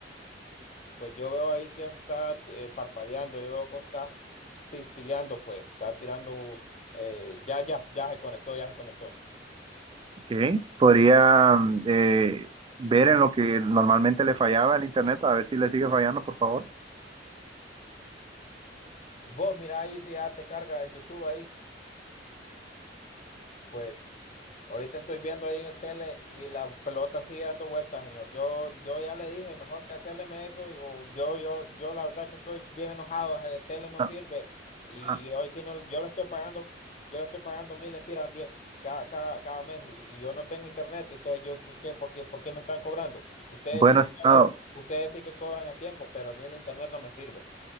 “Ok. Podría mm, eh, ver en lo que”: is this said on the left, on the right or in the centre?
Right